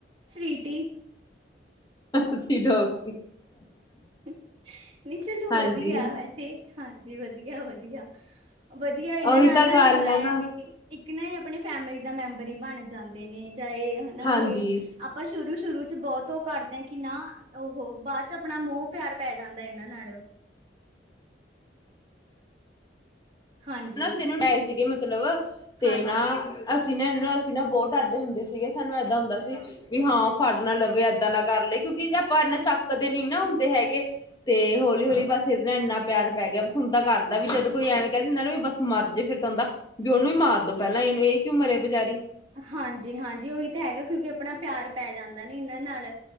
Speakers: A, on the right; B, on the left.
A: ਸਵੀਟੀ
B: ਅਸੀ ਜੋਕ ਸੀ <unintelligible>
A: ਨਹੀਂ ਚਲੋ
B: ਹਾਂਜੀ
A: ਵਧੀਆ ਵੈਸੇ, ਹਾਂ। ਜੀ ਵਧੀਆ-ਵਧੀਆ। ਵਧੀਆ ਇਹਨਾਂ
B: ਉਹੀ
A: ਨਾਲ
B: ਤਾਂ
A: ਨਾ
B: ਗੱਲ
A: ਚਲੋ ਆਇਆ
B: ਹੈ ਨਾ
A: ਵੀ। ਕਿੰਨਾ ਇਹ ਆਪਣੇ ਫੈਮਿਲੀ ਦਾ ਮੈਂਬਰ ਹੀ ਬਣ- ਜਾਂਦੇ ਨੇ ਚਾਹੇ, ਹੈਨਾ
B: ਹਾਂਜੀ
A: ਇਹ, ਆਪਾਂ ਸ਼ੁਰੂ-ਸ਼ੁਰੂ ਚ ਬਹੁਤ ਉਹ ਕਰਦੇ- ਕਿੰਨਾ, ਔਹੋ ਬਾਅਦ ਚ ਆਪਣਾ ਮੋਹ- ਪਿਆਰ ਪੈ ਜਾਂਦਾ ਇਹਨਾਂ ਨਾਲੋਂ। ਹਾਂਜੀ
B: ਨੱਸੇ ਨੂੰ ਡਏ ਸੀਗੇ ਮਤਲਬ <unintelligible> ਕਿਲਵ <inaudible> ਤੇ
A: ਹਾਂਜੀ
B: ਨਾ ਅਸ- ਸੀ ਨਾ, ਇਹ ਨਾ, ਅਸੀਂ ਨਾ ਬਹੁਤ ਡਰਦੇ ਹੁੰਦੇ ਸੀਗੇ ਸਾਨੂੰ ਏਦਾਂ ਹੁੰਦਾ ਸੀ ਵੀ ਹਾਂ, ਫੜ ਨਾ ਲਵੇ, ਏਦਾਂ ਨਾ ਕਰ ਲਏ ਕਿਉਂਕਿ ਆਪਾਂ ਇਨਾ ਚੱਕਦੇ ਨੀ ਨਾ ਹੁੰਦੇ ਹੈਗੇ, ਤੇ ਹੌਲੀ ਹੌਲੀ ਬਸ ਇਹਦੇ ਨਾਲ ਇੰਨਾ ਪਿਆਰ ਪੈ ਗਿਆ ਬਸ ਹੁਣ ਤਾਂ ਕਰਦਾ ਵੀ ਜਦ ਕੋਈ ਐਵੇਂ ਕਹ- ਨ-ਨਾ ਵੀ ਬਸ ਮਰ ਜੇ ਫਿਰ ਤਾਂ ਉਹਦਾ, ਵੀ ਉਹਨੂੰ ਹੀ ਮਾਰ ਦੋ ਪਹਿਲਾਂ ਇਹਨੂੰ, ਇਹੀ ਕਿਉ ਮਰੇ ਬੇਚਾਰੀ।
A: ਹਾਂਜੀ-ਹਾਂਜੀ, ਉਹੀ ਤਾਂ ਹੈਗਾ ਕਿਉਂਕਿ ਆਪਣਾ ਪਿਆਰ ਪੈ ਜਾਂਦੇ, ਨੀ ਇਹਨਾਂ ਨਾਲ।